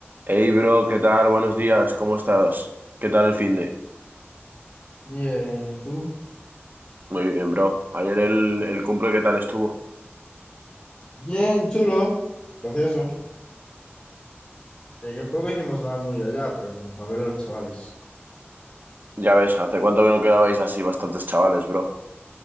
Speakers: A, on the right; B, on the left.
A: Hey bro, ¿qué tal? Buenos días, ¿cómo estás? ¿Qué tal el fin de?
B: Bien, ¿y tú?
A: Muy bien, bro. Ayer el, el cumple, ¿qué tal estuvo?
B: Bien, chulo. Gracioso. De que en poco hicimos nada muy allá, pero como para ver a los chavales.
A: Ya ves, ¿hace cuánto que no quedabais así bastantes chavales, bro?